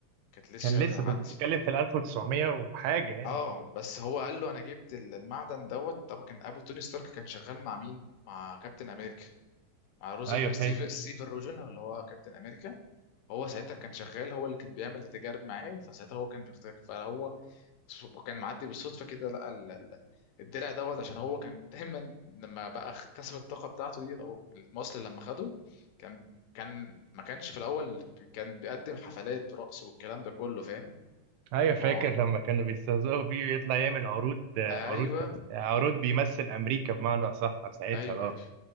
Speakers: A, on the left (about 80°); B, on the right (about 80°).
A: كانت لسه
B: كان لسه
A: ما عدش
B: ده انت بتتكلم في ال 1900 وحاجه يعني
A: اه بس هو قال له انا جبت ال- المعدن دوت طبعا كان ابو توني ستارك كان شغال مع مين مع كابتن امريكا مع روزر
B: ايوه
A: ستيف
B: فاكر
A: ستيفن روجن اللي هو كابتن امريكا هو ساعتها كان شغال هو اللي كان بيعمل تجارب معاه فساعتها هو كان بيختار فهو وكان معدي بالصدفه كده لقى ال- ال- الدرع دوت عشان هو كان دايما لما بقى اكتسب الطاقه بتاعته ديت او المصل لما خده كان كان ما كانش في الاول كان بيقدم حفلات رقص والكلام ده كله فاهم
B: ايوه فاكر
A: ما هو
B: لما كانوا بيستهزئوا فيه ويطلع يعمل عروض عروض
A: ايوه
B: عروض بيمثل امريكا بمعنى اصح ساعتها
A: ايوه
B: اه
A: ايوه